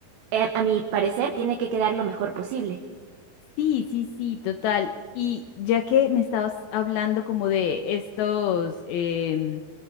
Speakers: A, on the right; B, on the left.
A: eh, a mi parecer tiene que quedar lo mejor posible.
B: Sí, sí, sí, total. Y ya que me estabas hablando como de estos, em,